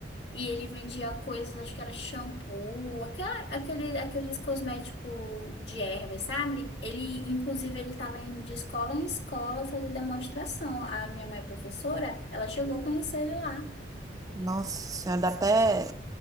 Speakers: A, on the left; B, on the right.
A: E ele vendia coisas, acho que era shampoo, aquela, aquele, aqueles cosméticos de ervas, sabe? Ele, inclusive, ele estava indo de escola em escola fazer demonstração. A minha mãe é professora, ela chegou a conhecer ele lá.
B: Nossa Senhora, dá até,